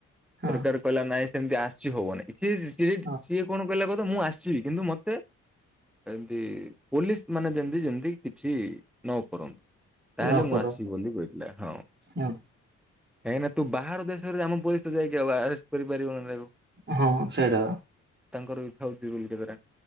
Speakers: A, on the right; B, in the centre.
A: ହଁ
B: ସରକାର କହିଲା ନାଇଁ ସେମିତି ଆସି ହବନାଇଁ ସିଏ ସିଏ
A: ହଁ
B: ସିଏ କଣ କଇଲା କତ ମୁଁ ଆସିବି କିନ୍ତୁ ମତେ ଏମତି ପୋଲିସ ମାନେ ଯେମତି ଯେମିତି କିଛି ନ କରନ୍ତୁ। ତାହେଲେ
A: ନ
B: ମୁଁ
A: କର
B: ଆସିବି ବୋଲି କହିଥିଲା ହଁ। କାହିଁକି
A: ହଁ
B: ନା ତୁ ବାହାର ଦେଶରେ ଆମ ପୋଲିସ ତ ଯାଇକି ଆଉ ଆରେଷ୍ଟ କରିପାରିବନି ତାକୁ।
A: ହଁ ସେଡା
B: ତାଙ୍କର <unintelligible>